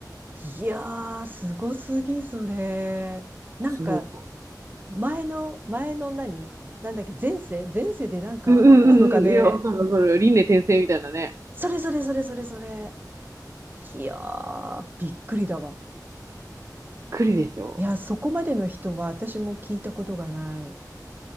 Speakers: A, on the right; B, on the right.
A: いやー、すごすぎ、それ。なんか、
B: そう。
A: 前の、前の何なんだっけ、前世前世でなんかあったのかね。
B: うんうんうんうん。いや、わかるわかる。輪廻転生みたいなね。
A: それそれそれそれそれ。いやー、びっくりだわ。
B: 来るでしょ。
A: いや、そこまでの人は私も聞いたことがない。